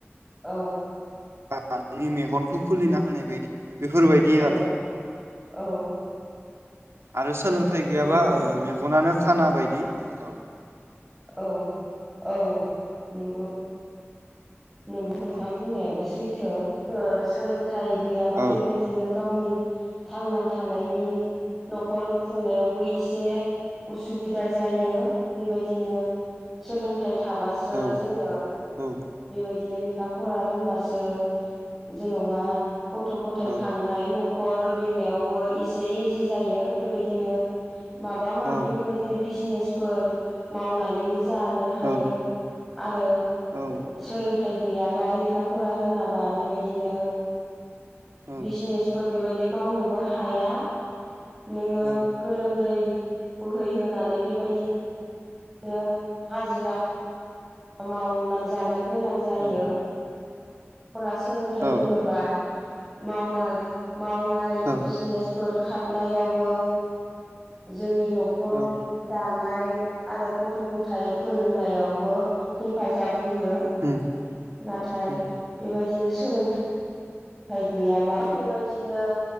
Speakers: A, in the centre; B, on the right.
A: औ।
B: बा नोंनि मेगनखौ खुलिना होनाय बायदि। बेफोरबायदि
A: औ
B: आरो
A: औ
B: आरो सोलोंथाइ गैयाबा
A: नंगौ
B: मेगनानो खाना बायदि औ
A: औ औ नंगौ नोंगौ नोंथां
B: औ
A: बुंनायाबो सै थो सोलों थाय गैयाबा
B: औ
A: बेबायदिनो गावनि थांना थानायनि न'खर खुंनायावबो एसे उसुबिदा जायो बेबायदिनो सोलोंथाइ थाबासो
B: औ
A: जोङो
B: औ
A: बिदिनो लेखा फरा रोंबासो जेन'बा गथ' गथाय
B: औ
A: खांनाय न खर बेंनायावबो एसे इजि जायो बेबायदिनो माबा माबि
B: औ
A: बेबायदिनो बि जिनेसफोर मावनानै जानो हायो
B: औ
A: आरो
B: औ
A: सोलोंथाइ गैयाबा लेखा फरा रोङाबा बेबायदिनो
B: औ
A: बिजिनेसफोर बेबायदि मावनोबो हाया नोङो
B: औ
A: गोलोमदै बोहैहोनानै बेबायदिनो <inaudible> हाजिरा मावनानै जानो गोनां जायो
B: औ
A: फरा सोलोंथाइ
B: औ
A: रोङोबा मावनो मावनाय
B: औ
A: बिजिनेसफोर खारनायावबो जोंनि न'खर
B: औ
A: दा नाय आरो गथ' गथायाइ फोरोंनायावबो हेफाजाब होयो
B: उम
A: नाथाय
B: उम
A: बेबादिनो सोलों थाय गैयाबा बेबायदिनो